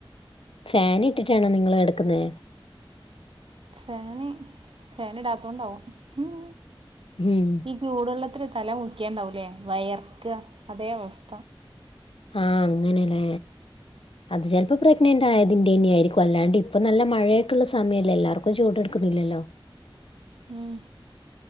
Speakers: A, on the left (about 70°); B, on the right (about 70°).
A: ഫാൻ ഇട്ടിട്ടാണോ നിങ്ങള് കെടുക്കുന്നെ
B: ഫാന് ഫാൻ ഇടാത്തൊണ്ടാാവും ഉം
A: ഉം
B: ഈ ചൂടുവെള്ളത്തില് തല മുക്കിയാണ്ടാവൂല്ലേ വിയർക്കുക അതേ അവസ്ഥ
A: ആഹ് അങ്ങനല്ലേ അത് ചിലപ്പോ പ്രഗ്നന്റ് ആയതിന്റെ തന്നെയായിരിക്കും അല്ലാണ്ട് ഇപ്പൊ നല്ല മഴയൊക്കെുള്ള സമയല്ലേ എല്ലാർക്കും ഇപ്പൊ ചൂട് എടുക്കുന്നില്ലല്ലോ
B: ഉം